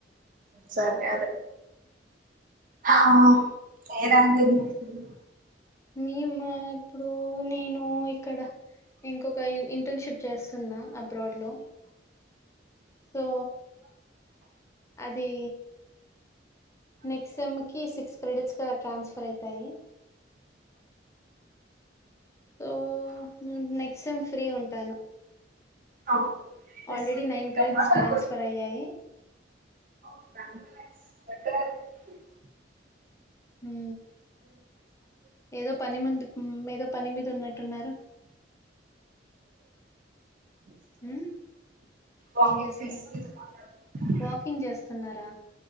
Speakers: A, on the right (about 45°); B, on the left (about 15°).
A: సర్ కాదు ఆ ఏ లాంగ్వేజ్ తీసుకున్నాడు
B: మీము ఇప్పుడు నేను ఇక్కడ ఇంకొక ఇంటర్న్షిప్ చేస్తున్నా అబ్రాడ్ లో సో అది నెక్స్ట్ ఎమ్ కి సిక్స్ క్రెడిట్స్ ట్రాన్స్ఫర్ అవుతాయి సో నేను నెక్స్ట్ సేమ్ ఫ్రీ ఉంటాను
A: అవును next
B: already nine credits transfer
A: <unintelligible> <inaudible>
B: అయ్యాయి
A: <unintelligible> <inaudible>
B: మ్ ఏదో పని ముందు ఏదో పని మీద ఉన్నట్టున్నారు మ్
A: వాకింగ్
B: ఏం చేస్తుంది
A: చేస్తూ మీతో మాట్లాడుతున్నా
B: వాక్ కింగ్ చేస్తున్నారా